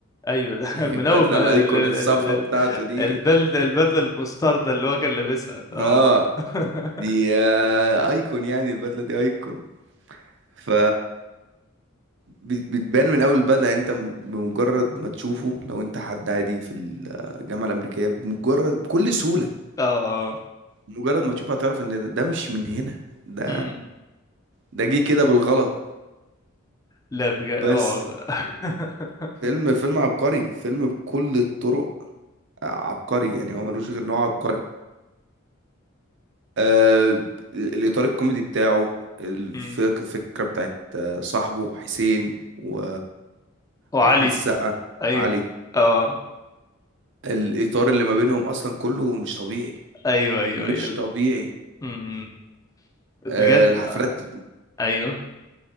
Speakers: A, on the left; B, on the right.
A: ايوه
B: <laughs>
A: ده <laughs>
B: البدلة
A: من اول ما
B: الايكون
A: ال- ال-
B: الصفرة
A: ال-
B: بتاعته دي
A: البلد البدله المستردة اللي هو كان لابسها اه
B: اه
A: <laughs>
B: دي آه، ايكون يعني البدلة دي ايكون ف بت- بتبان من اول البدله يعني انت م- بمجرد ما تشوفه لو انت حد عادي في الجامعه الامريكيه بمجرد بكل سهوله
A: اه اه
B: مجرد ما تشوفه هتعرف ان ده مش من هنا ده
A: امم
B: ده جه كده بالغلط
A: لا بجد اه
B: بس
A: <laughs>
B: فيلم فيلم عبقري فيلم بكل الطرق عبقري يعني هو ملوش غير نوع عبقري آه ال- الاطار الكوميدي بتاعه الفك-
A: امم
B: الفكره بتاعت آه، صاحبه حسين و...
A: وعلي
B: واحمد السقا
A: ايوه
B: وعلي
A: اه
B: الاطار اللي ما بينهم اصلا كله مش طبيعي
A: ايوه ايوه
B: مش
A: ايوه
B: طبيعي
A: امم بجد
B: آه الحفلات
A: ايوه